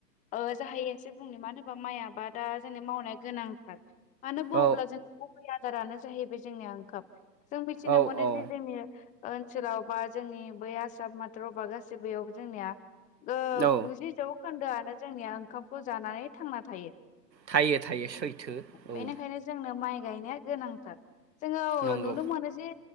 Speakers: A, on the left; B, on the right.
A: ओ जाहायो बाद एसे बुंनो मानो होनबा माइआबादा जोंनि मावनाया गोनांथार मानो बुंङोब्ला
B: औ
A: जोंना गुबै आदारानो जाहैबाय जोंनिया ओंखाम जों मिथिनो
B: औ
A: मोनो
B: औ
A: जे जोंनि ओनसोलाव बा जोंनि बै आसा माथ्रबा गासैबोयावबो जोंनिया ओ
B: औ
A: गुजि जौखोन्दोआनो जोंनिया ओंखामखौ जानानै थांना थायो
B: थायो-थायो सैथो
A: बेनिखायनो
B: औ
A: जोंनो माइ गायनाया गोनांथार। जोंङो ओ
B: नंगौ
A: नु जे